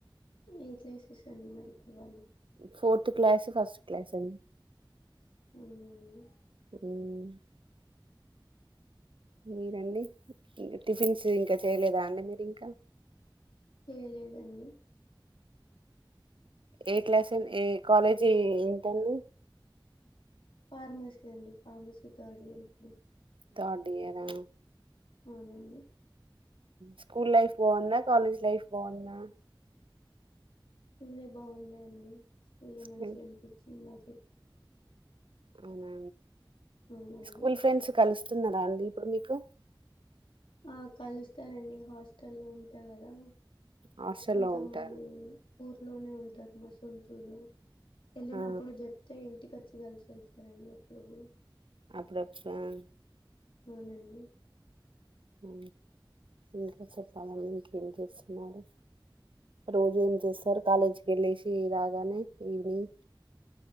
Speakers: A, on the left; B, on the right.
A: నేక్లేసెస్ అండి మరి ఇప్పుడు వాళ్ళు
B: ఫోర్త్ క్లాస్ ఫస్ట్ క్లాస్ అండి
A: అవునా అండి
B: మ్ మీరండి టిఫిన్స్ ఇంకా చేయలేదా అండి మీరు ఇంకా
A: చేయలేదండి
B: ఏ క్లాస్ ఏ కాలేజీ ఏంటండి
A: ఫార్మసీ అండి ఫార్మసీ థర్డ్ ఇయర్ ఇప్పుడు
B: థర్డ్ ఇయరా
A: అవునండి
B: స్కూల్ లైఫ్ బాగున్నా కాలేజ్ లైఫ్ బాగున్నా
A: స్కూలే బాగుండే అండి స్కూలే
B: స్కూల్
A: మంచిగా అనిపించింది నాకు ట్
B: అవునా
A: అవునండి
B: స్కూల్ ఫ్రెండ్స్ కలుస్త ఇస్తున్నాడా అండి ఇప్పుడు మీకు
A: ఆ కలుస్తారండి హాస్టల్లో ఉంటా కదా
B: హాస్టల్లో
A: కొంతమంది
B: ఉంటారు
A: ఊర్లోనే ఉంటారు మా సొంతూర్లో వెళ్ళినప్పుడు
B: ఆ
A: చెప్తే ఇంటికి వచ్చి కలిసి వెళ్తారండి అప్పుడప్పుడు
B: ఆప్పుడెప్పుడు
A: అవునండి
B: వు ఇంకా చెప్పాలండి ఇంకేం చేస్తున్నారు రోజు ఏం చేస్తారు కాలేజీకి వెళ్ళేసి రాగానే ఈవినింగ్